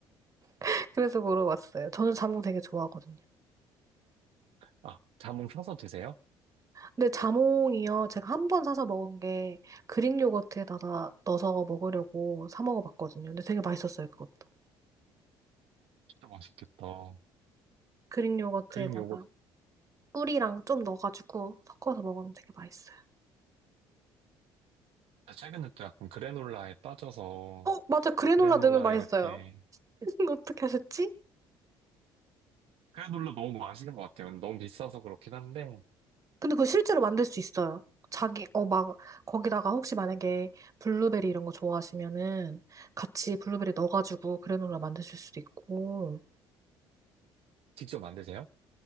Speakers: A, on the right (about 30°); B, on the right (about 65°).
A: <laughs> 그래서 물어봤어요. 저는 자몽 되게 좋아하거든요.
B: 아 자몽 사서 드세요?
A: 근데 자몽이요. 제가 한 번 사서 먹은 게 그릭 요거트에다가 넣어서 먹으려고 사 먹어봤거든요. 근데 되게 맛있었어요, 그것도.
B: 진짜 맛있겠다.
A: 그릭 요거트에다가
B: 그린 요거
A: 꿀이랑 좀 넣어가지고 섞어서 먹으면 되게 맛있어요.
B: 아, 최근에 또 약간 그래놀라에 빠져서
A: 어, 맞아. 그래놀라
B: 그래놀라
A: 넣으면 맛있어요.
B: 이렇게
A: <laughs> 어떻게 하셨지?
B: 그래놀라 너무 맛있는 것 같아요. 너무 비싸서 그렇긴 한데
A: 근데 그거 실제로 만들 수 있어요. 자기, 어, 막, 거기다가 혹시 만약에 블루베리 이런 거 좋아하시면은 같이 블루베리 넣어가지고 그래놀라 만드실 수도 있고.
B: 직접 만드세요?